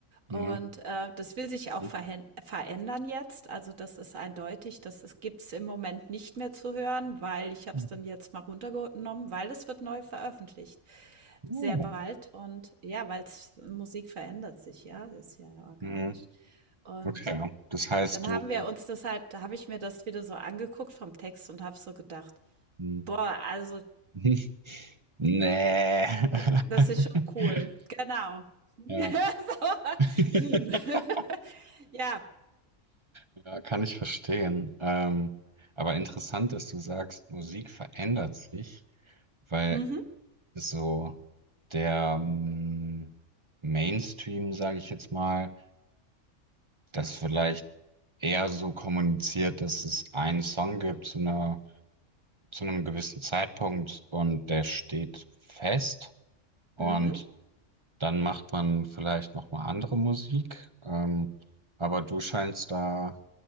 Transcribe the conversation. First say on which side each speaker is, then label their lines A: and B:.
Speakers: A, on the right; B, on the right.
A: Mhm.
B: Und äh, das will sich auch
A: Mhm.
B: verhän- verändern jetzt. Also das ist eindeutig, das ist- gibt's im Moment nicht mehr zu hören, weil ich habe
A: Mhm.
B: es dann jetzt mal runtergenommen, weil es wird neu veröffentlicht.
A: Oh.
B: Sehr bald. Und ja, weil Musik verändert sich, ja, ist ja organisch.
A: Mhm.
B: Und
A: Okay, das heißt,
B: dann
A: du
B: haben wir uns das halt, da habe ich mir das wieder so angeguckt vom Text und habe so gedacht,
A: mhm.
B: boah, also
A: <laughs> Mhm. Ne.
B: D das
A: <laughs>
B: ist schon cool. Genau. <laughs>
A: Ja.
B: So,
A: <laughs>
B: hm. <laughs> Ja.
A: Ja, kann ich verstehen. Ähm, aber interessant, dass du sagst, Musik verändert sich, weil
B: Mhm.
A: so der ähm, Mainstream, sage ich jetzt mal, das vielleicht eher so kommuniziert, dass es einen Song gibt zu einer, zu einem gewissen Zeitpunkt und der steht fest. Und
B: Mhm.
A: Dann macht man vielleicht noch mal andere Musik, ähm, aber du scheinst da